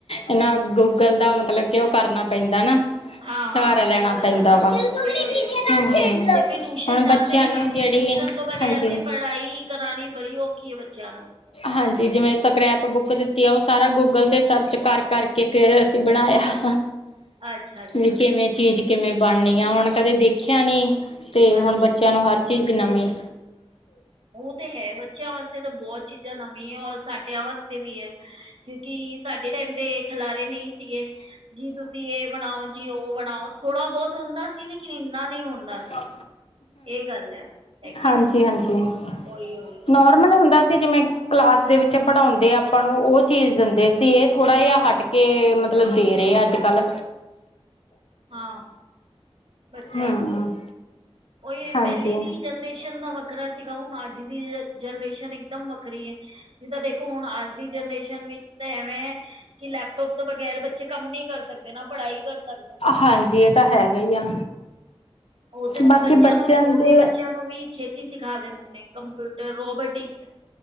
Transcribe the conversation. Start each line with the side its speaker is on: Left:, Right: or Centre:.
Left: ਇਹਨਾ ਗੂਗਲ ਦਾ ਮਤਲਬ ਕਿ ਉਹ ਕਰਨਾ ਪੈਂਦਾ ਨਾ।
Right: ਹਾਂ-ਹਾਂ,
Left: ਸਹਾਰਾ ਲੈਣਾ
Right: ਗੂਗਲ ਕਰਨਾ
Left: ਵਾ
Right: ਪੈਂਦਾ
Left: ਹੂੰ
Right: ਓਹੀ, ਓਹੀ, ਓਹੀ। ਏਥੇ ਟਿਊਸ਼ਨ
Left: ਹੁਣ
Right: ਜਾਂਦੇ
Left: ਬੱਚਿਆਂ
Right: ਨੇ
Left: ਨੂੰ
Right: ਕਿਉਂਕਿ
Left: ਜਿਹੜੀ
Right: ਟਿਊਸ਼ਨ ਤੋਂ ਬਗੈਰ
Left: ਹਾਂਜੀ
Right: ਤੇ ਪੜ੍ਹਾਈ ਕਰਾਨੀ ਬੜੀ ਔਖੀ ਹੈ ਬੱਚਿਆਂ ਨੂੰ
Left: ਹਾਂਜੀ, ਜਿਵੇਂ ਸਕ੍ਰੈਪ ਬੁੱਕ ਓ ਸਾਰਾ ਗੂਗਲ ਤੇ ਸਰਚ ਕਰ ਕਰਕੇ ਫੇਰ ਅਸੀਂ ਬਣਾਇਆ।
Right: ਅੱਛਾ-ਅੱਛਾ।
Left: ਵੀ ਕਿਵੇਂ ਚੀਜ਼ ਕਿਵੇਂ ਬਣਨੀ ਆ ਹੁਣ ਕਦੇ ਦੇਖਿਆ ਨੀ ਤੇ
Right: ਹਾਂਜੀ
Left: ਹੁਣ ਬੱਚੇਆਂ ਨੂੰ ਹਰ ਚੀਜ਼ ਨਮੀ।
Right: ਓ ਤੇ ਹੈ ਬੱਚਿਆਂ ਵਾਸਤੇ ਤਾਂ ਬੋਤ ਚੀਜ਼ਾਂ ਨਵੀਂ ਹੈ ਔਰ ਸਾਡਿਆਂ ਵਾਸਤੇ ਵੀ ਹੈ। ਕਿਉਂਕਿ ਸਾਡੇ ਟੈਮ ਤੇ ਖਿਲਾਰੇ ਨਹੀਂ ਸੀਗੇ। ਜੀ ਤੁਸੀਂ ਏ ਬਣਾਓ ਜੀ ਓ ਬਣਾਓ ਥੋੜਾ ਬੋਤ ਹੁੰਦਾ ਸੀ ਲੇਕਿਨ ਏਨਾ ਨੀ ਹੁੰਦਾ।
Left: ਹਾਂ।
Right: ਏ ਗੱਲ ਹੈ।
Left: ਹਾਂਜੀ-ਹਾਂਜੀ।
Right: ਨਹੀਂ ਉਹੀ ਉਹੀ ਉਹੀ
Left: ਨੋਰਮਲ ਹੁੰਦਾ ਸੀ ਜਿਵੇਂ ਕਲਾਸ ਦੇ ਵਿੱਚ ਪੜ੍ਹਾਉਂਦੇ ਆਪਾਂ ਨੂੰ ਓ। ਚੀਜ਼ ਦਿੰਦੇ ਸੀ ਇਹ ਥੋੜਾ ਜਿਹਾ ਹਟ ਕੇ ਮਤਲਬ ਦੇ ਰਹੇ ਆ ਅੱਜਕਲ
Right: ਹਾਂ ਬੱਚੇਆਂ
Left: ਹੂੰ
Right: ਨੂੰ ਓਈ
Left: ਹਾਂਜੀ
Right: ਪੈਲੇ ਦੀ ਜਨਰੇਸ਼ਨ ਦਾ ਵੱਖਰਾ ਸੀਗਾ ਹੁਣ ਅੱਜ ਦੀ ਜਨਰੇਸ਼ਨ ਇੱਕਦਮ ਵੱਖਰੀ ਐ ਜਿੱਦਾਂ ਦੇਖੋ ਹੁਣ ਅੱਜ ਦੀ ਜਨਰੇਸ਼ਨ ਵਿੱਚ ਤਾਂ ਐਵੇਂ ਹੈ ਕਿ ਲੈਪਟੋਪ ਤੋਂ ਬਗੈਰ ਬੱਚੇ ਕੰਮ ਨੀ ਕਰ ਸਕਦੇ ਨਾ ਪੜ੍ਹਾਈ ਕਰ ਸਕਦੇ।
Left: ਹਾਂਜੀ, ਏਤਾਂ ਹੈਗਾ ਹੀ ਆ।
Right: ਓ ਤੇ
Left: ਬਾਕੀ
Right: ਬੱਚਿਆਂ ਨੂੰ ਛੋਟੇ
Left: ਦੇ
Right: ਬੱਚਿਆਂ ਨੂੰ ਵੀ ਛੇਤੀ ਸਿਖਾ ਦਿੰਦੇ ਨੇ ਕੰਪਿਊਟਰ ਰੋਬੋਟਿਕ।